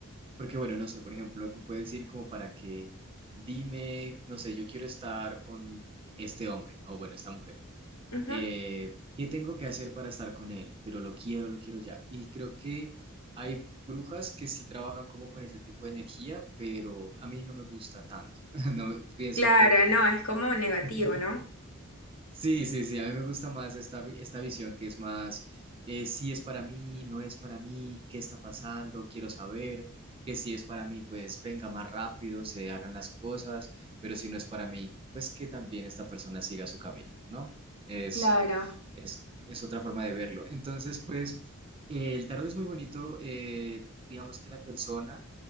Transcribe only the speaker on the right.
porque, bueno, no sé, por ejemplo, tú puedes ir como para que dime, no sé, yo quiero estar con este hombre o bueno, esta mujer
eh, ¿qué tengo que hacer para estar con él? Pero lo quiero, lo quiero ya. Y creo que hay brujas que sí trabajan como con ese tipo de energía, pero a mí no me gusta tanto. <laughs> No pienso
que
<laughs>
Sí, sí, sí, a mí me gusta más esta, vi- esta visión que es más, eh, si es para mí, no es para mí, qué está pasando, quiero saber, que si es para mí, pues venga más rápido, se hagan las cosas, pero si no es para mí, pues que también esta persona siga su camino, ¿no? Es,
es, es otra forma de verlo. Entonces, pues, eh, el tarot es muy bonito, eh, digamos que la persona